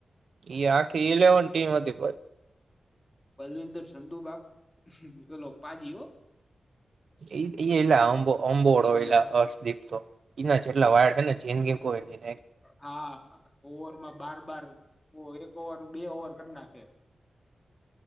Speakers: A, on the right; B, on the left.
A: એ આખી ઇલેવન ટીમ હતી ભઈ.
B: બલવિંદર સંંધુબાપ ઓલો પાજીઓ.
A: ઈત એલાં અંબ-અંબોળો
B: ઓફ સ્પિનર
A: એલા હર્ષદીપ તો એના જેટલા વાડ હેને જેન ગેન કોઈની.
B: હા ઓવરમાં બાર બાર કોએ ઓવર બે ઓવર કર નાખે.